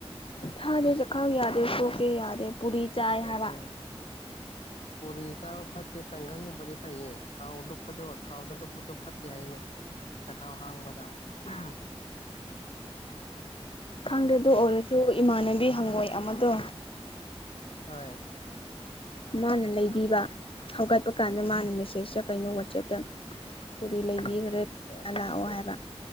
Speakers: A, on the left; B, on the left.
A: ꯊꯥꯗꯦ ꯆꯥꯛꯈꯥꯎ ꯌꯥꯗꯦ <unintelligible> ꯄꯨꯔꯤ ꯆꯥꯏ
B: <unintelligible>
A: ꯍꯥꯏꯕ
B: ꯄꯨꯔꯤ ꯆꯥꯕ ꯐꯠꯇꯦ ꯇꯪꯒꯪꯒꯨꯝꯕꯗꯤ ꯐꯩꯌꯦ ꯊꯥꯎ ꯂꯨꯞꯄꯗꯣ ꯊꯥꯎꯗ ꯂꯨꯞꯄꯗꯣ ꯐꯠꯇꯦ ꯍꯥꯢꯅꯦ꯫ ꯆꯈꯥꯎ ꯍꯥꯡꯕꯗ ꯑꯍꯝ
A: ꯈꯪꯗꯦ ꯗꯨ ꯑꯣꯢꯔꯁꯨ ꯏꯃꯥꯟꯅꯕꯤ ꯍꯪꯉꯣꯢ ꯑꯃꯗꯣ
B: ꯍꯣꯢ
A: ꯃꯥꯅ ꯂꯩꯕꯤꯕ ꯍꯧꯒꯠꯄ ꯀꯥꯟꯗ ꯃꯥꯅ ꯃꯦꯁꯦꯁꯇ ꯀꯩꯅꯣ ꯋꯥꯆꯦꯞꯇ ꯄꯨꯔꯤ ꯂꯩꯕꯤꯒꯔꯦ
B: ꯁꯦꯁ
A: ꯂꯥꯛꯑꯣ ꯍꯥꯢꯕ